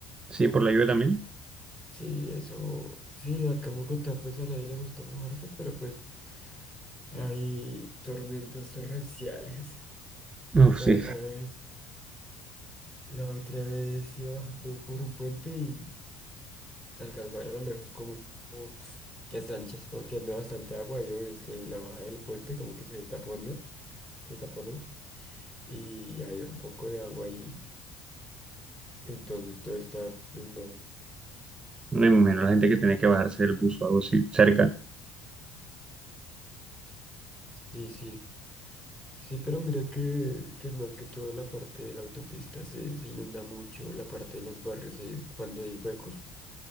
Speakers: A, on the right; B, on the left.
A: Sí, por la lluvia también.
B: Sí, eso, sí, acá en Bogotá pues a nadie le gusta mojarse, pero pues... Hay tormentas torrenciales.
A: Uf,
B: La
A: sí,
B: otra vez, la otra vez iba bajando por un puente y alcanzó a ver a lo lejos como como que están chaspoteando bastante agua y obvio es que la baja del puente como que se taponió, se taponó y había un poco de agua ahí. Entonces todo estaba inundado.
A: no me imagino la gente que tiene que bajarse del bus o algo así cerca.
B: Sí, sí. Sí, pero mira que, que más que todo la parte de la autopista se, se inunda mucho, la parte de los barrios, eh, cuando hay huecos.